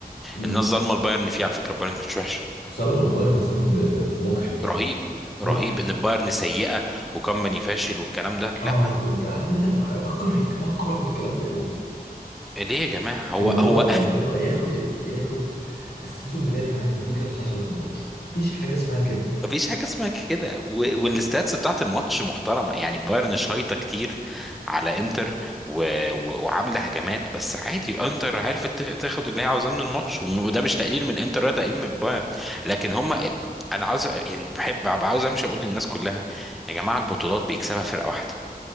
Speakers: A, on the left (about 80°); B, in the centre.
A: م.
B: الناس ظالمه البايرن فيه على فكره البايرن كانت وحشه
A: ظلموا البايرن ظلم مجحف يعني
B: رهيب رهيب
A: مجحف
B: ان البايرن سيئه وكمباني فاشل والكلام ده
A: اه
B: لا
A: ك- عارف انت اللي عارف- بكره الك- بكره الكلام ده قوي
B: ليه يا جماعه هو
A: اللي هو
B: هو
A: اللي هو ياخد ال... ياخد السيزون بناء على النتيجه اللي حصلت في الماتش مفيش حاجه اسمها كده
B: مفيش حاجة اسمها كده و- والستاتس بتاعت الماتش محترمة يعني بايرن شايطة كتير على انتر و... و... وعاملة هجمات بس عادي انتر عرفت تاخ- تاخد اللي هي عاوزاه من الماتش و- وده مش تقليل من الانتر ولا تقليل من بايرن لكن هما انا عاوز يعني بحب ببقى عاوز امشي اقول للناس كلها يا جماعة البطولات بيكسبها فرقة واحدة